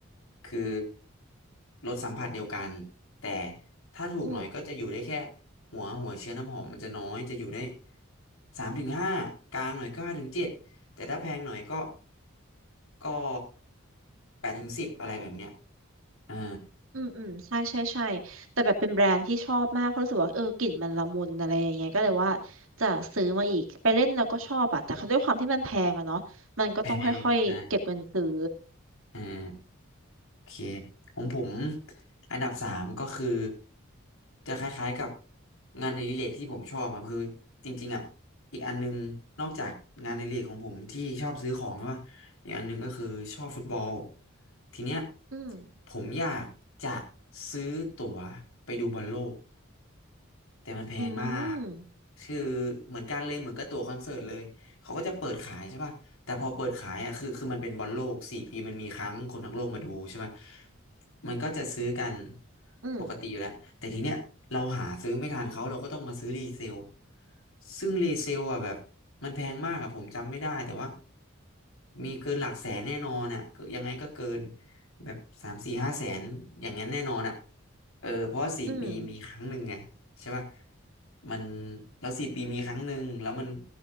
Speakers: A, on the left (about 75°); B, on the right (about 75°).
A: คือรสสัมผัสเดียวกัน แต่ถ้าถูกหน่อยก็จะอยู่ได้แค่
B: อืม
A: หัวหัวเชื้อน้ำหอมมันจะน้อย จะอยู่ได้สามถึงห้ากลางหน่อยก็ห้าถึงเจ็ดแต่ถ้าแพงหน่อยก็ก็แปดถึงสิบอะไรแบบเนี้ย อ่า
B: อืมอืมใช่ใช่ใช่แต่แบบเป็นแบรนด์ที่ชอบมากเพราะรู้สึกว่าเออกลิ่นมันละมุนอะไรอย่างเงี้ยก็เลยว่าจะซื้อมาอีกไปเล่นแล้วก็ชอบอะแต่ด้วยความที่มันแพงอะเนาะมันก็ต้องค่อยๆเก็บเงินซื้อ
A: แพงได้อ่าโอเคของผมอันดับสามก็คือจะคล้ายๆกับงานในริเรกที่ผมชอบครับคือจริงๆอ่ะอีกอันนึงนอกจากงานในริเรกของผมที่ชอบซื้อของใช่ปะอีกอันนึงก็คือชอบฟุตบอลทีเนี้ย
B: อืม
A: ผมอยากจะซื้อตั๋วไปดูบอลโลก แต่มันแพงมาก
B: อืม
A: คือเหมือนกันเลยเหมือนกับตั๋วคอนเสิร์ตเลย เขาก็จะเปิดขายใช่ป่ะแต่พอเปิดขายอ่ะคือคือมันเป็นบอลโลกสี่ปีมันมีครั้งคนทั้งโลกมาดูใช่ไหมมันก็จะซื้อกัน
B: อืม
A: ปกติอยู่แล้ว แต่ทีเนี้ยเราหาซื้อไม่ทันเขาเราก็ต้องมาซื้อรีเซลซึ่งรีเซลอ่ะแบบมันแพงมากอ่ะผมจำไม่ได้แต่ว่ามีเกินหลักแสนแน่นอนอ่ะก็ยังไงก็เกินแบบสามสี่ห้าแสนอย่างนั้นแน่นอนอ่ะ เออเพราะว่าสี่ปีมีครั้งหนึ่งไงใช่ป่ะ
B: อืม
A: มันแล้วสี่ปีมีครั้งหนึ่งแล้วมัน